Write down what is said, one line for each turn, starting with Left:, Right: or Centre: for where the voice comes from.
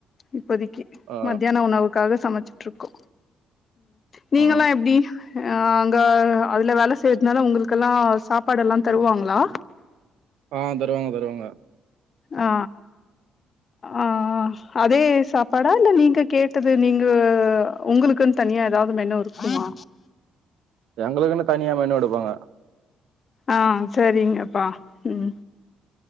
Left: இப்போதிக்கு
Right: ஆ
Left: மத்தியான உணவுக்காக சமைச்ச ருக்கு நீங்கெல்லா
Right: ம்
Left: எப்டி ஹ அங்க அதுல வேல செய்றதுனால உங்களுக்கெல்லா சாப்ப சாப்பாடெல்லா தருவாங்களா
Right: ஆங் தருவாங்க தருவாங்க
Left: ஆ ஆ அதே சாப்பாடா இல்ல நீங்க கேட்டது நீங்க உங்களுக்குன்னு தனியா எதாவ்து மெனு இருக்குமா
Right: எங்களுக்குன்னு தனியா மெனு எடுப்பாங்க
Left: ஆ சரிங்கப்பா ம்